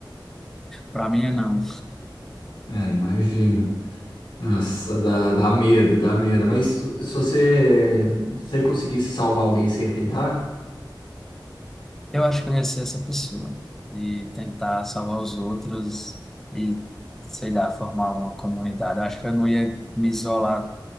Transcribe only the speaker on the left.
é, imagino. Nossa, dá, dá medo, dá medo. Mas se você, se você conseguisse salvar alguém, você ia tentar?